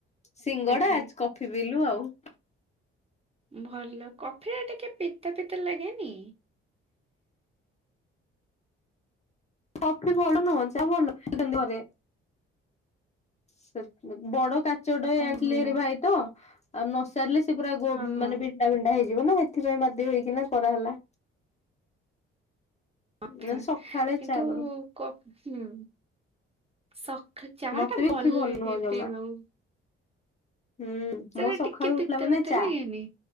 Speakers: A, on the left (about 20°); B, on the right (about 20°).
A: ସିଙ୍ଗଡା
B: ଆଜ୍ଞା
A: କଫିି ପିଇଲୁ ଆଉ।
B: ଭଲ କଫିରା ଟିକେ ପିତା ପିତା ଲାଗେନି?
A: କଫି ଭଲ ନୁହଁ ଚା ଭଲ କହୁଛନ୍ତି ଘରେ। ସେ ବଡ କାଚଟେ
B: ଓହୋ।
A: ଆଣିଥିଲେ ଭାରି ଭାଇ ତ। ଆଉ ନ ସାରିଲେ ସେ ପୁରା ଗୋ
B: ହଁ ହଁ
A: ମାନେ ଭେଣ୍ଡା ଭେଣ୍ଡା ହେଇଯିବ ନା ସେଥିପାଇଁ ବାଧ୍ୟ ହେଇକିନା କରାହେଲା।
B: କଥା
A: ନ ହେଲେ ସକାଳେ
B: କିନ୍ତୁ
A: ଚା କରୁ।
B: କ ହୁଁ ସକାଳେ ଚା
A: ମତେ
B: ଟା
A: ବି
B: ଭଲ
A: କଫି
B: ଲାଗେ
A: ନୁହଁ ଜମା।
B: ପିଇବାକୁ।
A: ହୁଁ
B: ସେଟା
A: ମୋର ସକାଳୁ
B: ଟିକେ ପିତା
A: ଉଠିଲା ମାନେ
B: ପିତା
A: ଚା।
B: ଲାଗେନି?